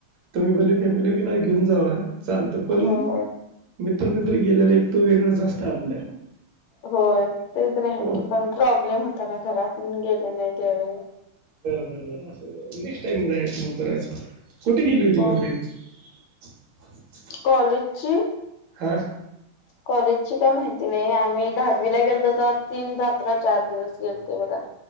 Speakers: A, on the right; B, on the left.
A: तुम्ही भले फॅमिलीला घेऊन जावा. चालतं पण
B: हो
A: मित्र मित्र गेलेला एक तो वेगळंच असतं आपल्या
B: हो ते तर आहे
A: हो
B: की पण प्रॉब्लेम होता ना घरातून गेले नाही त्यावेळी.
A: बर बर असं नेक्स्ट टाइम जाय त मग करायच, कुठे गेली होती
B: हो
A: मग ट्रिप? <inaudible>
B: कॉलेजची?
A: हा.
B: कॉलेजची काय माहिती नाही. आम्ही दहावीला गेलतो तर तीन रात्र चार दिवस गेलतो बघा.